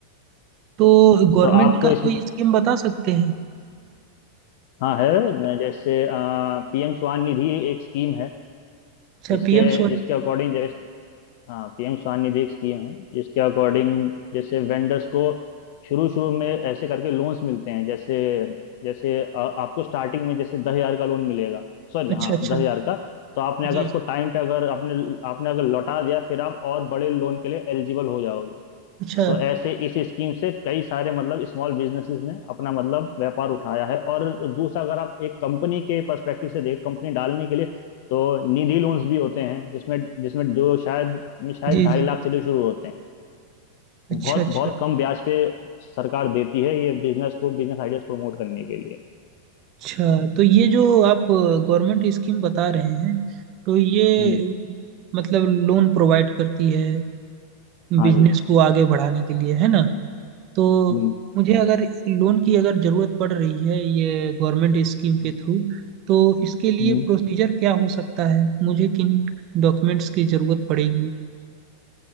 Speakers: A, on the right (about 40°); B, on the left (about 50°).
A: तो
B: तो,
A: गवर्नमेंट
B: तो आपको
A: का
B: इस
A: कोई स्कीम बता सकते हैं
B: हाँ है न, जैसे पीएम स्वान निधि एक स्कीम है
A: अच्छा
B: जिसके
A: पीएम स्वनिधि
B: जिसके अकॉर्डिंग जैसे हाँ पीएम स्वान निधि एक स्कीम है जिसके अकॉर्डिंग जैसे वेंडर्स को शुरू शुरू में ऐसे करके लोन्स मिलते हैं जैसे जैसे अ, आपको स्टार्टिंग में जैसे दस हजार का लोन मिलेगा सॉरी
A: अच्छा
B: हाँ
A: अच्छा
B: दस हजार का तो आपने
A: जी
B: अगर उसको
A: जी
B: टाइम पे अगर आपने आपने अगर लौटा दिया फिर आप और बड़े लोन के लिए एलिजिबल हो जाओगे
A: अच्छा
B: तो ऐसे इस स्कीम से कई सारे मतलब स्मॉल बिजनेसेस ने अपना मतलब व्यापार उठाया है और दूसरा अगर आप एक कंपनी के पर्सपेक्टिव से देख कंपनी डालने के लिए तो निधि लोन्स भी होते हैं जिसमें जिसमें जो शायद शायद
A: जी
B: ढाई
A: जी
B: लाख से जो शुरू होते हैं
A: अच्छा
B: वो बहुत
A: अच्छा
B: बहुत कम ब्याज पे सरकार देती है ये बिजनेस को बिजनेस आइडियाज प्रमोट करने के लिए
A: अच्छा तो ये जो आप गवर्नमेंट स्कीम बता रहे हैं तो ये
B: हम्म
A: मतलब लोन प्रोवाइड करती है
B: हाँ
A: बिजनेस
B: जी
A: को आगे बढ़ाने के लिए है ना तो
B: हम्म
A: मुझे अगर लोन की अगर जरूरत पड़ रही है ये गवर्नमेंट स्कीम के
B: हम्म,
A: थ्रू तो इसके लिए
B: हम्म।
A: प्रोसीजर क्या हो सकता है मुझे किन डॉक्यूमेंट्स की जरूरत पड़ेगी